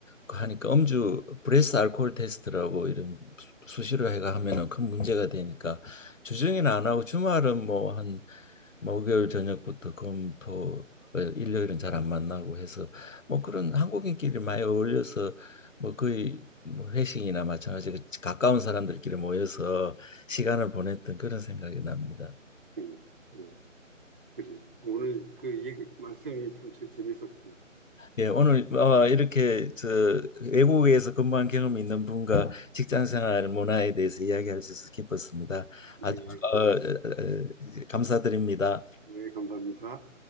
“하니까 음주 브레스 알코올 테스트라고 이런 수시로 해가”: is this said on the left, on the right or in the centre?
Left